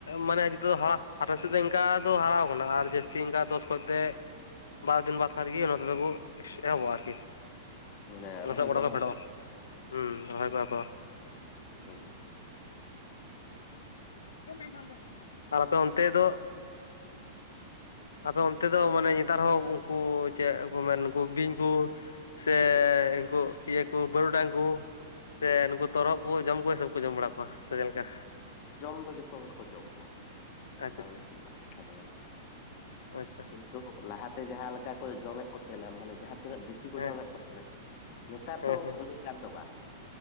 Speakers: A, on the left (about 65°); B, on the left (about 45°).
A: ᱢᱟᱱᱮ ᱫᱚ ᱦ ᱦᱟᱨ ᱥᱮᱫ ᱫᱚ ᱤᱱᱠᱟ ᱫᱚ ᱦᱟᱨᱟ ᱟᱠᱟᱱᱟ ᱟᱨ ᱡᱟᱹᱥᱛᱤ ᱛᱦᱮᱤᱱ ᱜᱟ ᱫᱚᱥ ᱠᱷ ᱛᱮ ᱵᱟᱨᱚ ᱫᱤᱱ ᱵᱟᱫᱽ ᱠᱷᱟᱱᱜ ᱜᱮ ᱱᱚᱛᱮ ᱫᱚᱠᱚ ᱮᱦᱚᱵᱚᱜᱼᱟ ᱟᱨᱠᱤ
B: ᱢᱟᱱᱮ
A: ᱞᱚᱥᱚᱫ
B: ᱨᱚᱦᱚᱭ
A: ᱜᱚᱰᱟ
B: ᱠᱚ ᱮᱦᱚᱵ
A: ᱯᱷᱮᱰᱚᱜᱼᱟ
B: ᱵ
A: ᱦᱩᱸ ᱨᱚᱦᱚᱭ ᱠᱚᱜᱼᱟ ᱯᱚ
B: ᱦᱩᱸ
A: <unintelligible> ᱟᱨ ᱟᱯᱮ ᱚᱱᱛᱮ ᱫᱚ <inaudible> ᱟᱯᱮ ᱚᱱᱛᱮ ᱫᱚ ᱢᱟᱱᱮ ᱱᱮᱛᱟᱨ ᱦᱚᱸ ᱩᱱᱠᱩ ᱪᱮᱫ ᱠᱚ ᱢᱮᱱᱠᱩ ᱵᱤᱧ ᱠᱚ ᱥᱮ ᱤᱱᱠᱩ ᱤᱭᱟᱹ ᱠᱚ ᱵᱟᱹᱨᱩᱜᱰᱟᱝ ᱠᱚ ᱥᱮ ᱱᱩᱠᱩ ᱛᱚᱨᱚᱫ ᱠᱚ ᱡᱚᱢ ᱠᱚᱣᱟ ᱥᱮ ᱠᱚ ᱡᱚᱢ ᱵᱟᱲᱟ ᱠᱚᱣᱟ ᱥᱮ ᱪᱮᱫᱮ ᱞᱮᱠᱟ
B: ᱡᱚᱢ ᱫᱚ ᱡᱚᱛᱚ ᱦᱚᱲ ᱜᱮᱠᱚ ᱡᱚᱢ ᱠᱚᱣᱟ᱾ <inaudible>
A: ᱟᱪᱪᱷᱟ
B: ᱵᱟᱝ
A: ᱟᱪᱪᱷᱟ
B: ᱧᱩ ᱨᱮᱱᱟᱜ ᱠᱟᱛᱷᱟ ᱫᱚ ᱵᱟᱝ ᱠᱟᱱᱟ <inaudible>
A: ᱟᱪᱪᱷᱟ
B: ᱤᱱᱛᱩ ᱛᱚ ᱞᱟᱦᱟᱛᱮ ᱡᱟᱦᱟᱸ ᱞᱮᱠᱟ ᱠᱚ ᱡᱚᱢᱮᱫ ᱠᱚ ᱛᱟᱦᱮᱱᱟ ᱢᱟᱱᱮ ᱡᱟᱦᱟᱸ ᱛᱤᱱᱟᱹᱜ ᱵᱮᱥᱤ ᱠᱚ
A: ᱦᱮᱸ
B: ᱡᱚᱢᱮᱫ ᱠᱚ ᱛᱟᱦᱮᱱᱟ ᱱᱮᱛᱟᱨ
A: ᱦᱮᱸ
B: ᱫᱚ
A: ᱦᱮᱸ
B: ᱩᱱᱟᱹᱜ ᱜᱟᱱ ᱫᱚ ᱵᱟᱝ